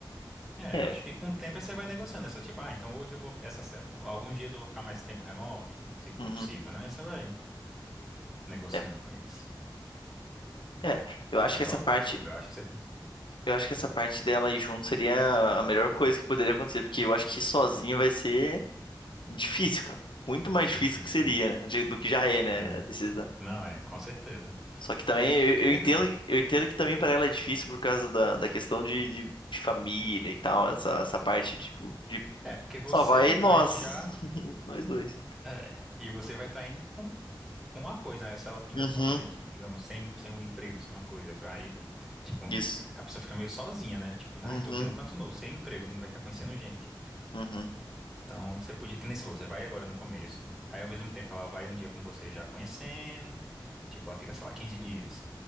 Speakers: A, in the centre; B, on the left.
A: É,
B: É,
A: eu acho que com o tempo aí você vai negociando essa, tipo, ah, então hoje eu vou, essa, se- alguns dias eu vou ficar mais tempo remoto, se for
B: uhum,
A: possível, né? Aí você vai negociando
B: é,
A: com eles.
B: é. Eu acho
A: Mas
B: que essa
A: eu apoio,
B: parte,
A: amigo, eu acho que você...
B: eu acho que essa
A: Hum,
B: parte dela aí junto seria a melhor coisa que poderia acontecer, porque eu acho que sozinho vai ser difícil, cara. Muito mais
A: Difícil,
B: difícil que seria,
A: né?
B: né? de- do que já é, né,
A: É,
B: a decisão.
A: não é, com certeza.
B: Só que também eu,
A: Mas
B: eu entendo,
A: é,
B: eu entendo que também para ela é difícil por causa da, da questão de, de, de família e tal, essa, essa parte tipo de
A: é, porque você
B: só vai
A: vai
B: nós,
A: já,
B: <laughs> nós dois.
A: é, e você vai estar indo com com uma coisa, né? Se ela ainda
B: Uhum,
A: for agora, di- digamos, sem, sem um emprego, sem uma coisa, pra aí, tipo, um-
B: isso.
A: a pessoa fica meio sozinha, né? Tipo,
B: Uhum,
A: ai, tô aqui no canto novo, sem emprego, não vai estar conhecendo gente.
B: uhum,
A: Então, você podia, que nem se você vai agora no começo, aí ao mesmo tempo ela vai um dia com você já conhecendo, tipo, ela fica, sei lá, 15 dias.